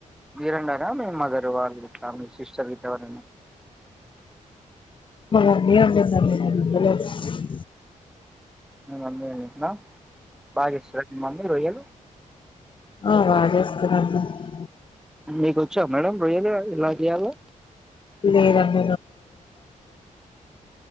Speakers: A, in the centre; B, on the left.
A: మీరండా మీ మదర్ వాళ్ళిట్ల మీ సిస్టర్ గిట్ల ఎవరైన
B: మా మమ్మీ వండిందండి నేను వండలేదు అ
A: అందే <unintelligible> బాగా ఇస్తే <unintelligible> హ రొయ్యలు
B: ఓ అదే <unintelligible>
A: మీీకు వచ్చా మేడం రొయ్యలు ఎలా చెయ్యాలో
B: ఇదే రం అ